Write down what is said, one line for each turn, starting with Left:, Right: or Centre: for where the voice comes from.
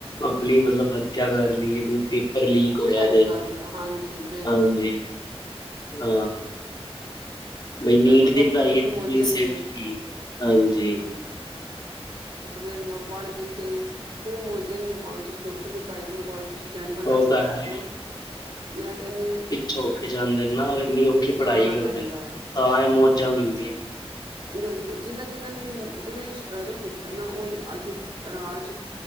Left: ਆਪਣੀ ਮਤਲਬ ਹੱਤਿਆ ਕਰ ਲਈ ਹੈ ਵੀ ਪੇਪਰ ਲੀਕ ਹੋਇਆ
Right: ਸੁਸਾਈਡ
Left: ਤੇ
Right: ਕਰ ਲਿਆ ਹਾਂਜੀ ਵੇਖ
Left: ਹਾਂਜੀ।
Right: ਲਓ
Left: ਹਾਂ ਬਈ ਨੀਟ
Right: ਵੇਖੋ ਡਾਕਟਰਾਂ
Left: ਦੀ ਪੜ੍ਹਾਈ ਪੂਰੀ
Right: ਮੌਜਾਂ ਹੀ
Left: ਸੇਫਟੀ
Right: ਨੇ
Left: ਹਾਂਜੀ।
Right: ਹਾਂ ਅੱਛਾ ਵੇਖ ਲਓ ਪੜ੍ਹ ਲਿਖਕੇ ਖੂਬ ਮੌਜਾ ਹੀ ਭਾਵੇਂ ਤੁਸੀਂ ਦੱਸੋ। ਪੜ੍ਹਾਈ ਕਰੋ ਕਾਲਜ ਤੁਸੀ ਡੈਂਟਲ ਦਾ
Left: ਉਹ
Right: ਕੋਰਸ
Left: ਤਾਂ ਹੈ
Right: ਕਰੋ ਮੈਂ ਕਹਿੰਦੀ ਹਾਂ।
Left: ਝੁਕ ਜਾਂਦੇ ਨਾ ਇੰਨੀ ਔਖੀ
Right: ਜਾਣਾ
Left: ਪੜ੍ਹਾਈ ਕਰਦੇ।
Right: ਪੈਂਦਾ ਹੈ
Left: ਤਾਂ ਇਹ ਮੌਜਾਂ
Right: ਹਾਂ
Left: ਮਿਲਦੀਆਂ
Right: ਬਿਲਕੁਲ ਜਿਨਾਂ ਜਿਨਾਂ ਨੇ ਵੀ ਜਿਹਨਾਂ ਸਟਰਗਲ ਕੀਤਾ ਨਾ ਉਹ ਹੀ ਅੱਜ ਰਾਜ